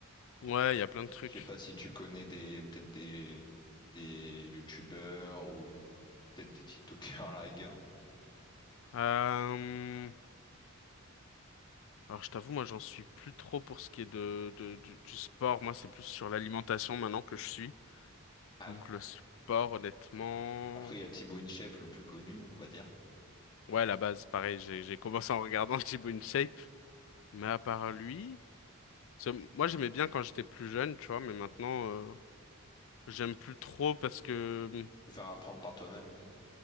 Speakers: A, on the left; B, on the left.
A: Ouais, il y a plein de trucs.
B: Je sais pas si tu connais des peut-être des des YouTubeurs ou peut-être des TikTokers <laughs> à la rigueur.
A: Euh, Alors, je t'avoue, moi, j'en suis plus trop pour ce qui est de, de- du, du sport. Moi, c'est plus sur l'alimentation maintenant que je suis.
B: Ah
A: Donc,
B: oui.
A: le sport, honnêtement...
B: Après, il y a Thibaut InShape, le plus connu, on va dire.
A: Ouais, la base, pareil, j'ai, j'ai commencé en regardant <laughs> Thibaut InShape. Mais à part lui... parce que Moi, j'aimais bien quand j'étais plus jeune, tu vois, mais maintenant, euh, j'aime plus trop parce que... hmm,
B: Faut faire apprendre par toi-même.